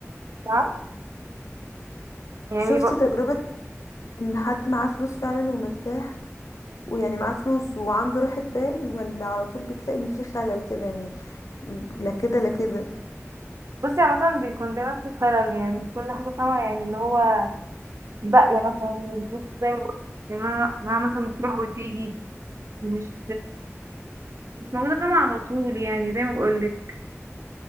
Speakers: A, on the right; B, on the left.
A: نعم يعني
B: شفتي
A: ب...
B: تجربة ان حد معاه فلوس فعلا ومرتاح ويعني معاه فلوس وعنده راحة بال ولا على طول بتلاقي ان في خلل كده يعني لا كده لا كده
A: بصي عامة بيكون دايما في خلل يعني في كل حاجة فاهمة يعني اللي هو باقية مثلا الفلوس زي ما قلت يعني أنا- انها مثلا بتروح وتيجي مش مش موجودة فاهمة على طول يعني زي ما بقولك